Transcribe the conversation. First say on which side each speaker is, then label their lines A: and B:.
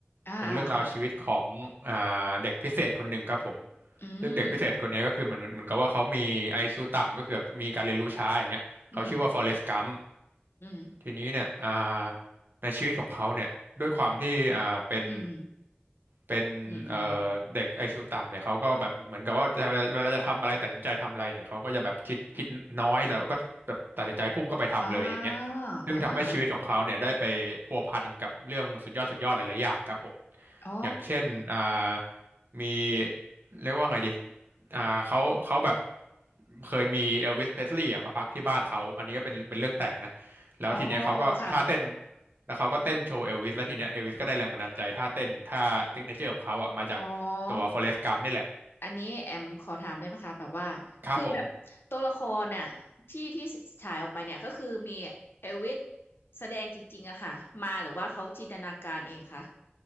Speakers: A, on the left (about 65°); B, on the right (about 55°).
A: อ่าอ่าค่ะ
B: เป็นเรื่องราวชีวิตของอ่าเด็กพิเศษคนหนึ่งครับผม
A: อืม
B: ซึ่งเด็กพิเศษคนเนี้ยก็คือเหมือนเหมือนกับว่าเขามี IQ ต่ำก็คือแบบมีการเรียนรู้ช้าอย่างเงี้ยเขาชื่อว่าฟอเรสต์กัม
A: อืมอืม
B: ทีนี้เนี่ยอ่าในชีวิตของเขาเนี่ยด้วยความที่อ่าเป็น
A: อืม
B: เป็นเอ่อ
A: อืมอืม
B: เด็ก IQ ต่ำเนี่ยเขาก็แบบเหมือนกับว่าจะเวลาจะทำอะไรตัดสินใจทำอะไรเนี่ยเขาก็จะแบบคิดคิดน้อยแล้วก็แบบตัดสินใจพุ่งเข้าไปทำเลยอย่างเงี้ย
A: อ่าเออเออเออ
B: ซึ่งทำให้ชีวิตของเขาเนี่ยได้ไปพัวพันกับเรื่องสุดยอดสุดยอดหลายๆอย่างครับผม
A: อ๋อ
B: อย่างเช่นอ่ามีเรียกว่าไงดีอ่าเขาเขาแบบเคยมีเอลวิสเพสลีย์มาพักที่บ้านเขา อันนี้ก็เป็นเป็นเรื่องแต่งนะ แล้วทีเนี้ยเขาก็ท่าเต้น
A: อ๋ออ๋อค่ะ
B: แล้วเขาก็เต้นโชว์เอลวิสแล้วทีเนี้ยเอลวิสก็ได้แรงบันดาลใจท่าเต้นท่าเทคเนเจอร์ของเขาอ่ะมาจากตัวฟอเ
A: อ๋อ
B: e ส t g กัมนี่แหละ
A: อันนี้แอมขอถามได้ไหมคะแบบว่า
B: ครับผม
A: คือแบบตัวละครเนี่ยที่ที่ฉายออกไปเนี่ยก็คือมีเอลวิสแสดงจริงๆอะค่ะมาหรือว่าเขาจินตนาการเองคะ